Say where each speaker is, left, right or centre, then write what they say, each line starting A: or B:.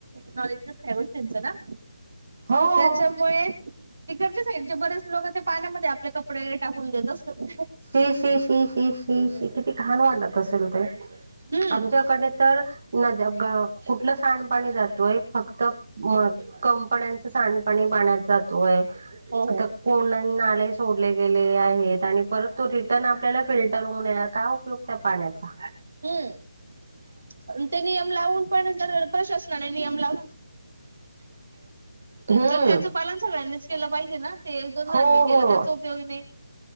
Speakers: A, on the right (about 65°); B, on the right (about 40°).
A: नॉलेज नसत त्या गोष्टीनच ना,
B: हो
A: त्याच्यामुळेच ईकडच्या साईड चे बरेच लोक ते पाण्यामध्ये आपले कपडे टाकून देत असतात.
B: शी-शी शी-शी शी-शी किती घाण वाटत असेल ते?
A: हम्म
B: आमच्याकडे तर नद्या गं कुठल सांडपाणी जातोय फक्त मग कंपन्याचं सांडपाणी पाण्यात जातोय.
A: हो हो
B: त कोन्डन नाले सोडले गेले आहेत आणि परत तो रिटर्न आपल्याला फिल्टर होऊन येणार, काय उपयोग त्या पाण्याचा?
A: हम्म, ते नियम लावून पण, जर प्रशासनाने नियम लावला
B: हम्म
A: तर त्याच पालन सगळ्यांनीच केल पाहिजे ना? ते एक दोन जणांनी
B: हो
A: केल
B: हो
A: त्याचा उपयोग नाही.